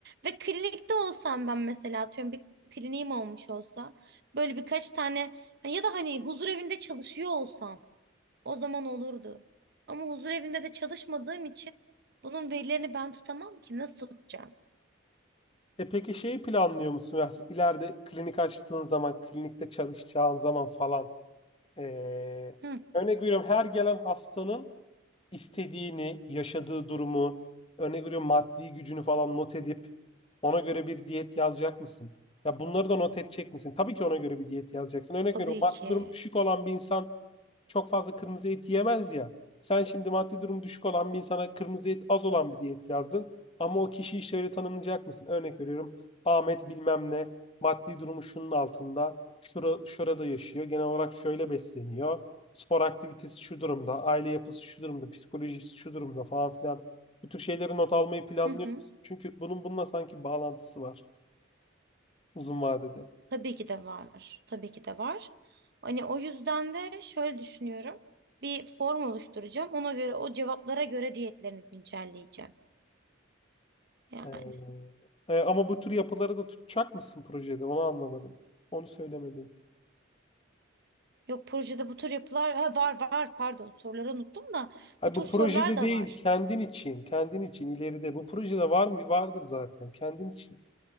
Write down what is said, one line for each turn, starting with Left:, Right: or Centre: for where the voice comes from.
Right: Ve klinikte olsam ben mesela atıyorum bir kliniğim olmuş olsa böyle birkaç tane hani ya da hani huzur evinde çalışıyor olsam o zaman olurdu. Ama huzur evinde de çalışmadığım için bunun verilerini ben tutamam ki nasıl tutacağım?
Left: E peki şeyi planlıyor musun? Ya ileride klinik açtığın zaman, klinikte çalışacağın zaman falan. Ee,
Right: Hı,
Left: örnek veriyorum her gelen hastanın istediğini, yaşadığı durumu, örnek veriyorum maddi gücünü falan not edip ona göre bir diyet yazacak mısın? Ya bunları da not edecek misin? Tabii ki ona göre bir diyet yazacaksın. Örnek
Right: tabii
Left: veriyorum maddi
Right: ki.
Left: durumu düşük olan bir insan çok fazla kırmızı et yemez ya. Sen şimdi maddi durum düşük olan bir insana kırmızı et az olan bir diyet yazdın. Ama o kişiyi şöyle tanımlayacak mısın? Örnek veriyorum. Ahmet bilmem ne maddi durumu şunun altında. Şura, şurada yaşıyor. Genel olarak şöyle besleniyor. Spor aktivitesi şu durumda. Aile yapısı şu durumda. Psikolojisi şu durumda falan filan. Bu tür şeyleri not almayı planlıyoruz.
Right: Hı hı.
Left: Çünkü bunun bununla sanki bağlantısı var uzun vadede.
Right: Tabii ki de var. Tabii ki de var. Hani o yüzden de şöyle düşünüyorum. Bir form oluşturacağım. Ona göre o cevaplara göre diyetlerini güncelleyeceğim. Yani.
Left: He. Ee, e, ama bu tür yapıları da tutacak mısın projede? Onu anlamadım. Onu söylemedin.
Right: Yok projede bu tür yapılar ha, var var pardon soruları unuttum da
Left: Hayır,
Right: bu tür
Left: bu
Right: sorular
Left: projede
Right: da
Left: değil,
Right: var.
Left: kendin için, kendin için ileride. Bu projede var mı? Vardır zaten. Kendin için.